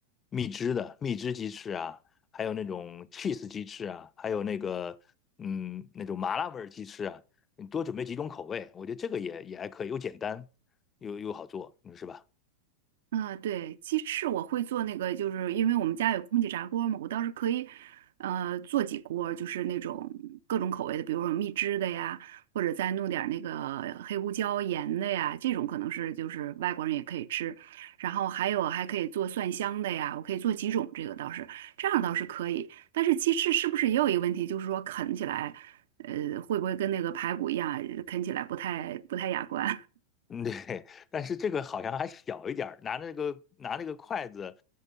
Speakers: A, on the left; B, on the right.
A: 蜜汁的蜜汁鸡翅啊，还有那种 cheese 鸡翅啊，还有那个嗯那种麻辣味鸡翅啊，你多准备几种口味，我觉得这个也也还可以，又简单又又好做，你说是吧？
B: 啊，对，鸡翅我会做那个，就是因为我们家有空气炸锅嘛，我倒是可以，呃，做几锅，就是那种各种口味的，比如说蜜汁的呀，或者再弄点儿那个黑胡椒盐的呀，这种可能是就是外国人也可以吃。然后还有还可以做蒜香的呀，我可以做几种，这个倒是这样倒是可以。但是鸡翅是不是也有一个问题，就是说啃起来，呃，会不会跟那个排骨一样，啃起来不太不太雅观？
A: <laughs> 嗯，对，但是这个好像还小一点儿，拿那个拿那个筷子